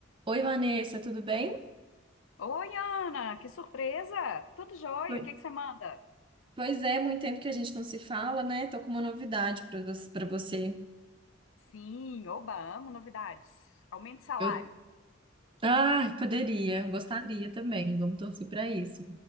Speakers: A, on the right (about 25°); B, on the left (about 75°).
A: Oi, Vanessa, tudo bem?
B: Oi, Ana, que surpresa! Tudo jóia?
A: Oi.
B: O que que você manda?
A: Pois é, muito tempo que a gente não se fala, né? Tô com uma novidade para você, para você.
B: Sim, oba, amo novidades. Aumento de salário.
A: Eu, ah, poderia, gostaria também. Vamos torcer para isso.